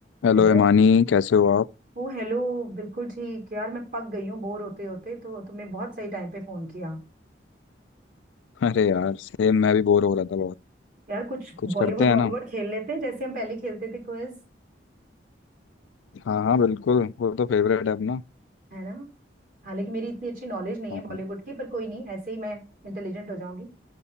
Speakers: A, on the left; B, on the right.
A: Hello
B: Hello
A: Imani कैसे हो आप
B: ओ hello बिल्कुल ठीक यार मैं पक गई हूँ बोर होते होते तो तुमने बहुत सही टाइम पे फोन किया
A: अरे यार सेम मैं भी बोर हो रहा था बहुत
B: यार कुछ
A: कुछ
B: बॉलीवुड
A: करते
B: बॉलीवुड
A: हैं ना
B: खेल लेते हैं जैसे हम पहले खेलते थे क्विज
A: हाँ हाँ बिल्कुल वो तो फेवरेट है अपना
B: है ना हालांकि मेरी इतनी अच्छी नॉलेज नहीं
A: हाँ
B: है बॉलीवुड
A: हाँ
B: की पर कोई नहीं ऐसे ही मैं इंटेलिजेंट हो जाऊंगी